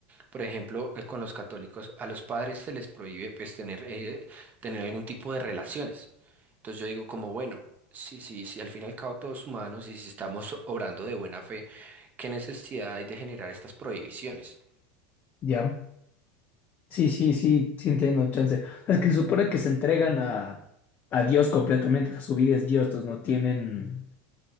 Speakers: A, on the right (about 30°); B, on the left (about 35°).
A: por ejemplo, eh, con los católicos, a los padres se les prohíbe pues tener, eh, tener algún tipo de relaciones. Entonces yo digo como, bueno, sí, sí, sí, al fin y al cabo todos humanos y si estamos obrando de buena fe, ¿qué necesidad hay de generar estas prohibiciones?
B: ¿ya? Sí, sí, sí, sí entiendo, chance. O sea, Es que se supone que se entregan a, a Dios completamente, o sea, su vida es Dios, entonces no tienen.